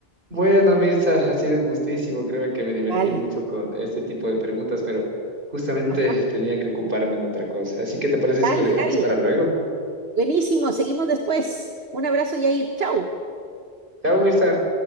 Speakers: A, on the right; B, on the right.
A: Bueno, Mirza,
B: Sí.
A: ha sido un gustísimo. Créeme que me divertí
B: Dale,
A: mucho con este tipo de preguntas, pero justamente
B: ajá,
A: tenía que ocuparme en otra cosa. Así que, ¿te parece
B: dale,
A: si lo dejamos
B: dale.
A: para luego?
B: Buenísimo, seguimos después. Un abrazo, Yair. Chau.
A: Chao, Mirza.